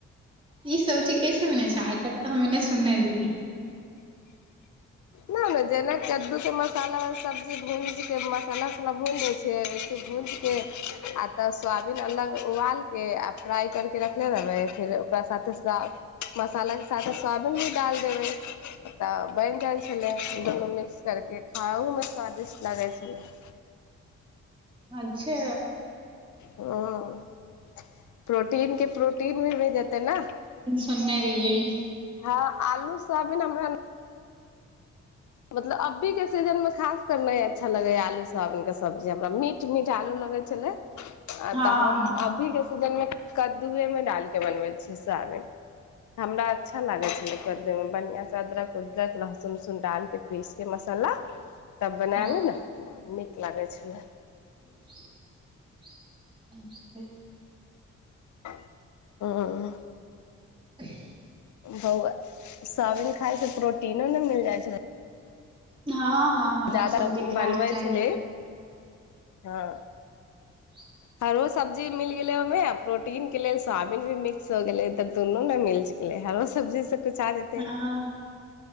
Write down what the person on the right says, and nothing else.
ई सब्जी कैसे बनेै छै आइ तक तऽ हमे नै सुनने रहियै।
अच्छा।
कने रहिये
<inaudible>
हँ
हँ
<unintelligible> <unintelligible>
<unintelligible>
हँ। हँ हरा
सब्जी खायके
चाही
<unintelligible>
हँ